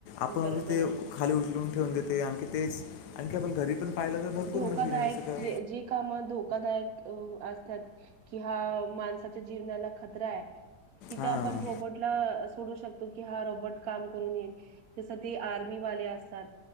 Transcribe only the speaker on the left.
आपोआप
ते
खाली उचलून ठेवून देते आणखी तेच आणखी आपण घरी- आपण पाहिलं तर भरपूर
मशीन आहे जसं का
हां